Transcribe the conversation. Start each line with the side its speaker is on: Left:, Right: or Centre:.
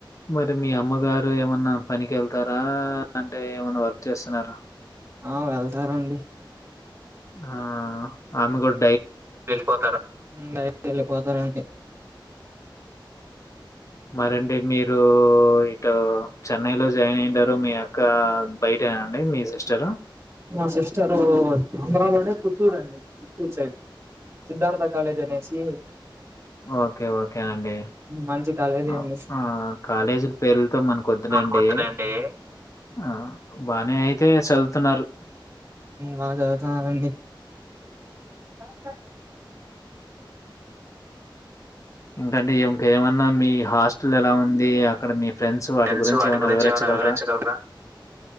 Left: మరి మీ అమ్మగారు ఏమన్నా పనికి వెళ్తారా అంటే ఏమన్నా వర్క్ చేస్తున్నారు
Right: ఆ వెళ్తారండి
Left: ఆ ఆమె కూడా
Right: వెళ్ళిపోతారా వెళ్ళిపోతారా అండి
Left: మరిండి మీరు ఇ చెన్నై లో జాయిన్ అయింటారు మీ అక్క బయట అయినండి మీ సిస్టరు
Right: మా సిస్టరు అమరావనే కుత్తూర కుత్తూరు సై సిద్ధార్థ కాలేజనేసి
Left: ఓకే ఓకే అండి
Right: మంచి కాలేజే
Left: ఆ
Right: అండి
Left: ఆ కాలేజీల పేర్లతో మనక వద్దులేండి
Right: మనకొద్దులేండి
Left: ఆ బానే అయితే చదువుతున్నారు
Right: బా చదువుతున్నానండి వ స
Left: ఇంకంటే ఇంకేమన్నా మీ హాస్టల్ ఎలా ఉంది అక్కడ మీ ఫ్రెండ్స్
Right: ఫెస్ వాటి
Left: ఏమైనా
Right: గురించి
Left: వివరించగలరా?
Right: ఏమ వివరించగలరాం